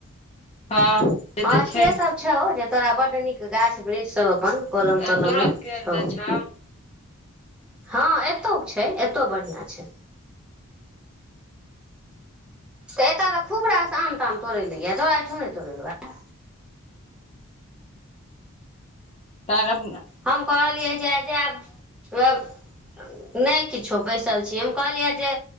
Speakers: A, on the left; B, in the centre.
A: हँ
B: हां
A: तऽ
B: से
A: छै
B: सब छो ज तोरा बड निक गाछ वृछ सब अपन कलम
A: तहन
B: तलम
A: तोरो
B: में
A: केहन
B: छो।
A: तऽ छौ
B: हां एतो छै एतो बढ़िया छै। तऽ एता तऽ खूब रास त आम ताम तोड़ेलै य तौरा आइठा नै तोड़ेलो यै।
A: तोरब
B: हम कहलियै जै आय जाएब व नै किछो बैसल छीयै हम कहलियै जे